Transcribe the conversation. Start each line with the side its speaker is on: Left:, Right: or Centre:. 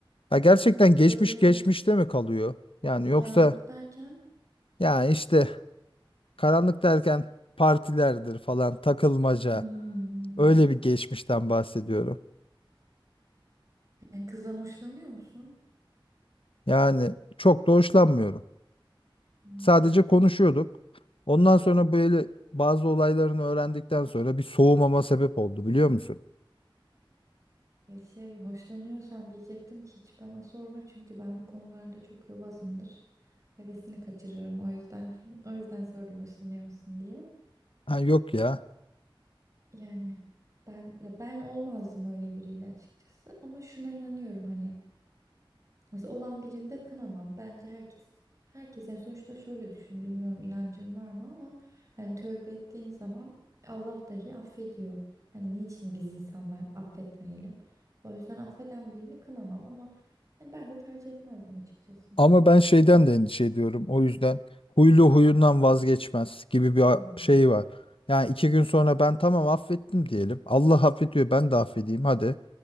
Left: Ya gerçekten geçmiş
Right: Böyle
Left: geçmişte mi kalıyor? Yani yoksa
Right: karanlık derken
Left: ya işte karanlık derken partilerdir falan takılmaca
Right: hmm,
Left: öyle bir geçmişten bahsediyorum.
Right: yani kızdan hoşlanıyor musun?
Left: Yani çok da hoşlanmıyorum.
Right: Hmm.
Left: Sadece konuşuyorduk. Ondan sonra böyle bazı olaylarını öğrendikten sonra bir soğumama sebep oldu biliyor musun?
Right: Ya şey hoşlanıyorsan diyecektim ki hiç bana sorma çünkü ben bu konularda çok yobazımdır. Hevesini kaçırırım o yüzden <laughs> o yüzden sordum hoşlanıyor musun diye.
Left: Ha yok ya.
Right: Yani ben ya ben olmazdım öyle biriyle açıkçası ama şuna inanıyorum hani Mesela olan birinde kınamam. Bence herkes herkes yani sonuçta şöyle düşün. Bilmiyorum inancın var mı ama hani tövbe ettiğin zaman Allah dahi affediyor. Hani niçin biz insanlar affetmeyelim? O yüzden affeden birini kınamam ama hani ben de tercih etmezdim açıkçası.
Left: Ama ben şeyden de endişe ediyorum. O yüzden huylu huyundan vazgeçmez gibi bir
Right: Hmm,
Left: a- şey var. Yani iki gün sonra ben tamam affettim diyelim. Allah affediyor ben de affedeyim hadi.